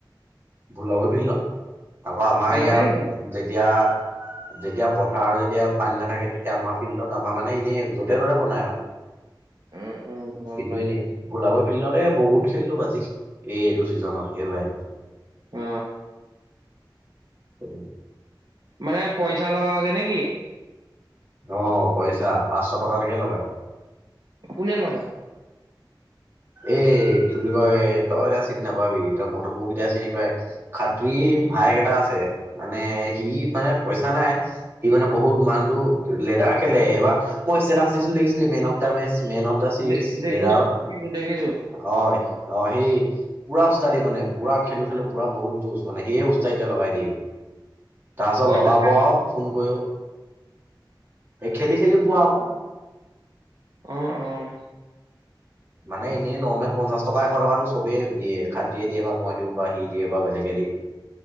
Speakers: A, on the right; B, on the right.
A: বোলাব ফিল্ডত, তাপা আমাৰ
B: খেলগে
A: ইয়া
B: নহয়
A: যেতিয়া যেতিয়া পথাৰ যেতিয়া পানী নাথাকে তেতিয়া আমাৰ ফিল্ডত আমাৰ মানে এনেই য'তে ত'তে বনাই আও
B: উম উম গম
A: কিন্তু
B: পাইছো
A: এনেই, ভোলাব ফিল্ডৰে বহুত খেলিলো বাজি এইটো ছিজনত সবাবে
B: অ
A: উ
B: মানে পইচা লগাওকে নেকি?
A: অঁ, পইচা পাঁচশ টকালৈকে লগাই
B: কোনে লগায়?
A: এ কি বুলি কয় তই এতিয়া চিনি নাপাবি তই মদকো কেইতিয়া চিনি পায় খাতী ভায়েক এটা আছে মানে সি মানে পইচা নাই সি মানে বহুত মানুহটো লেডাৰ খেলে এইবাৰ মই ষ্টেতাচ দিছিলো দেখিছিলি, man of the match man of the series
B: De দেখিছো
A: leader.
B: দেখিছো
A: হয়। অ, সেই পুৰা উস্তাদি মানে পুৰা খেলো খেলো পুৰা বহুত যোজ মানে সেয়ে উস্তা এয়া লগাই দিয়ে। তাৰপিছত
B: পইচা
A: লগাব
B: পাই
A: আৰু ফোন কৰি এ খেলিছিলো পোৱা আহো।
B: অ, উম।
A: মানে এনেই নৰ্মেল পঞ্চাশ টকা এশ টকাটো চবেই দিয়ে খাতিয়ে দিয়ে বা মই দিওঁ বা সি দিয়ে বা বেলেগে। <unintelligible>